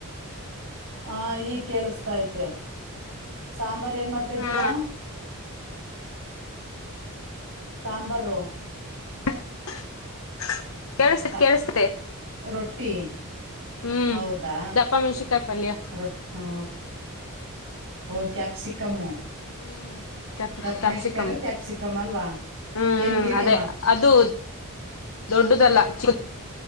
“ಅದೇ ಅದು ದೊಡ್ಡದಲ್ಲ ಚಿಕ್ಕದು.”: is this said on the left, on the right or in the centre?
Left